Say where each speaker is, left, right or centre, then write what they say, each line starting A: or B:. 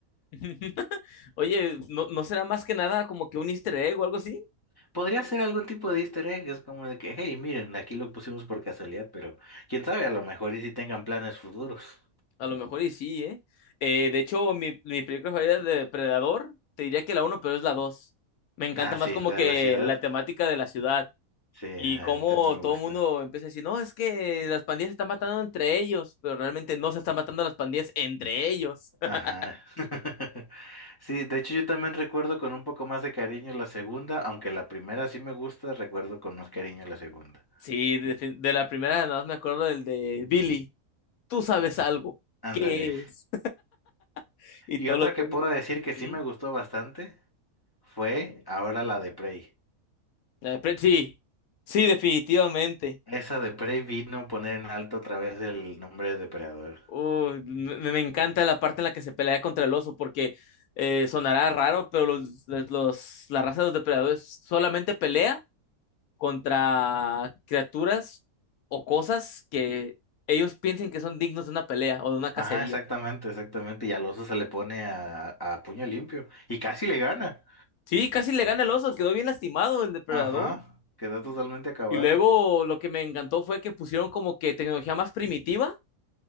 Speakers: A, on the left; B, on the left.
A: <laughs> Oye, ¿no, no será más que nada como que un easter egg o algo así?
B: Podría ser algún tipo de easter egg, es como de que, hey, miren, aquí lo pusimos por casualidad, pero quién sabe, a lo mejor y si tengan planes futuros.
A: A lo mejor y sí, ¿eh? Eh, de hecho, mi, mi película favorita de Depredador, te diría que la uno, pero es la dos. Me encanta
B: Ah,
A: más
B: sí,
A: como
B: la
A: que
B: de la ciudad.
A: la temática de la ciudad.
B: Sí,
A: Y
B: a
A: como
B: mí también me gusta.
A: todo el mundo empieza a decir, no, es que las pandillas se están matando entre ellos, pero realmente no se están matando las pandillas entre ellos. <laughs>
B: Ajá. <laughs> Sí, de hecho yo también recuerdo con un poco más de cariño la segunda, aunque la primera sí me gusta, recuerdo con más cariño la segunda.
A: Sí, de, de la primera nada más me acuerdo del de Billy, tú sabes algo,
B: Ándale.
A: ¿qué es? <laughs> Y
B: Y
A: todos
B: otra
A: los
B: que
A: zombies,
B: puedo decir que sí
A: "Ujú".
B: me gustó bastante fue ahora la de Prey.
A: Eh, pero Sí, sí, definitivamente.
B: Esa de Prey vino a poner en alto otra vez el nombre de Depredador.
A: Uy, me, me encanta la parte en la que se pelea contra el oso, porque eh, sonará raro, pero los, los, los- la raza de los depredadores solamente pelea contra criaturas o cosas que ellos piensen que son dignos de una pelea o de una cacería.
B: Ajá, exactamente, exactamente. Y al oso se le pone a, a puño limpio. Y casi le gana.
A: Sí, casi le gana el oso, quedó bien lastimado el depredador.
B: Ajá, quedó totalmente acabado.
A: Y luego lo que me encantó fue que pusieron como que tecnología más primitiva,